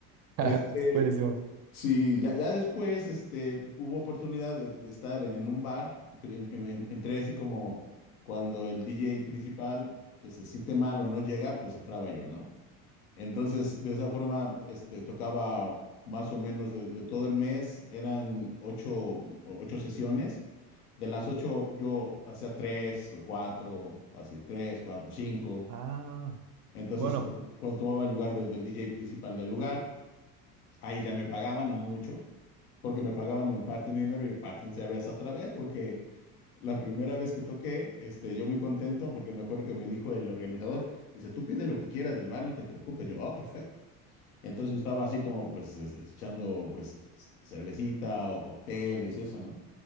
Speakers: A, on the right; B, on the left.
A: <laughs>
B: Este,
A: Buenísimo.
B: Sí, ya, ya después este, hubo oportunidad de, de estar en, en un bar. en- en- entré así como cuando el DJ principal eh, se siente mal o no llega, pues entraba yo, ¿no? Entonces, de esa forma, este, tocaba más o menos de, de todo el mes. Eran ocho, ocho sesiones. De las ocho, yo hacía tres o cuatro, o así, tres, cuatro, cinco.
A: Ah,
B: Entonces,
A: bueno,
B: cu- cuando tomaba el lugar de- del DJ principal del lugar. Ahí ya me pagaban, no mucho, porque me pagaban un parte en dinero y parte en cerveza otra vez, porque la primera vez que toqué, este, yo muy contento, porque me acuerdo que me dijo el organizador, dice, tú pide lo que quieras del bar, no te preocupes. Yo, ah, perfecto. Entonces yo estaba así como, pues, este, echando, pues, c- cervecita o cócteles y eso, ¿no?